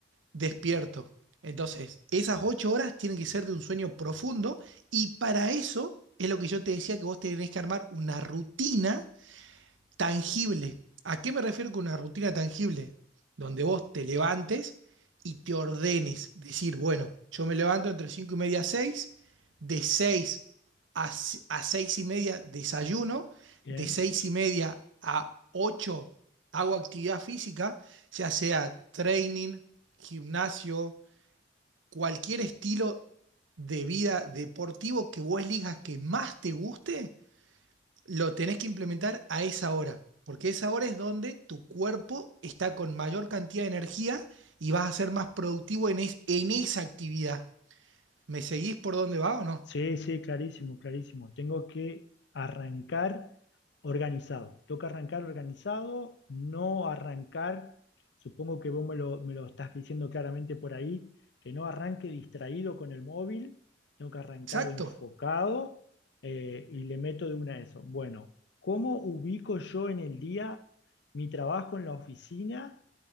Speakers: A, on the right; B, on the left.
A: despierto. Entonces, esas ocho horas tienen que ser de un sueño profundo y para eso es lo que yo te decía que vos tenés que armar una rutina tangible. ¿A qué me refiero con una rutina tangible? Donde vos te levantes y te ordenes. Decir, bueno, yo me levanto entre cinco y media a 6, de seis a, si, a 6 y media desayuno,
B: Bien.
A: de 6 y media a 8 hago actividad física, ya sea training, gimnasio, cualquier estilo de vida deportivo que vos elijas que más te guste, lo tenés que implementar a esa hora, porque esa hora es donde tu cuerpo está con mayor cantidad de energía y vas a ser más productivo en, es- en esa actividad. ¿Me seguís por dónde va o no?
B: Sí, sí, clarísimo, clarísimo. Tengo que arrancar organizado. Toca arrancar organizado, no arrancar, supongo que vos me lo, me lo estás diciendo claramente por ahí, que no arranque distraído con el móvil, tengo que arrancar
A: Exacto.
B: enfocado eh, y le meto de una eso. Bueno, ¿cómo ubico yo en el día mi trabajo en la oficina?